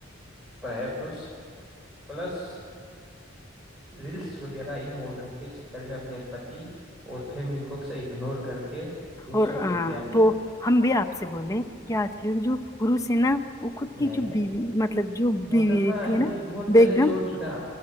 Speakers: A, in the centre; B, on the left.
A: پرائے پروش پلس ریلس وغیرہ ان ماڈن کے چکر میں اپنے پتی اور فیملی کو اگنور کر کے دوسروں
B: اور
A: کی طرف دھیان دیتی
B: تو
A: ہے
B: ہم بھی آپ سے بولے کہ آج کے جو پورو س ہے نا وہ خود کی
A: نہیں
B: جو
A: نہیں
B: بیوی
A: نہیں
B: مطلب جو
A: محترما
B: بیوی رہتی ہے نا
A: یہ بہت
B: بیگم
A: پہلے چھوڑ چکا